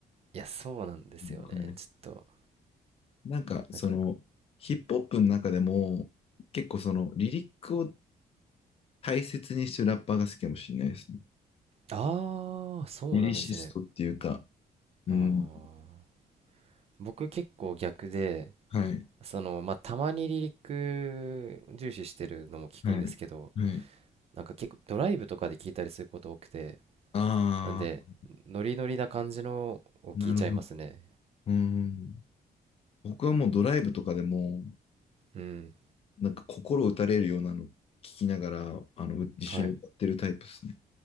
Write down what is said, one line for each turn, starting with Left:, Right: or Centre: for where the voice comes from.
Right: いや、そうなんですよね。
Left: うんわかります
Right: ちょっと、
Left: なんか、その、
Right: なんか、
Left: ヒップホップの中でも、結構その、リリックを大切にしてるラッパーが好きかもしれないですね。
Right: ああ、そうなんですね。
Left: リリシストっていうか、うん。
Right: ああ。僕結構逆で、
Left: はい、
Right: その、まあ、たまにリリック重視してるのも聞くんですけど、
Left: はい、はい。
Right: なんか結構ドライブとかで聞いたりすること多くて、
Left: ああ、
Right: なんで、ノリノリな感じのを聞いちゃいますね。
Left: なるほど。うん。僕はもうドライブとかでも、
Right: うん。
Left: なんか心打たれるようなの聞きながら、あの、う一緒に歌ってるタイプですね。
Right: はい。